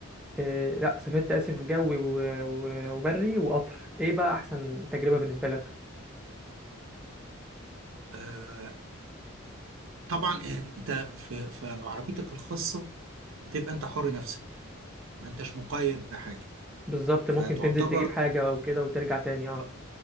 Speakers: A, in the centre; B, on the right.
A: إيه لا سافرت اسف جوي و- و- وبري وقطر ايه بقى احسن تجربه بالنسبه لك
B: آه طبعا أنت في, في عربيتك الخاصة بتبقى أنت حر نفسك ما أنتش مقيد بحاجة
A: بالظبط ممكن
B: فتعتبر
A: تنزل تجيب حاجه او كده وترجع تاني اه
B: آه،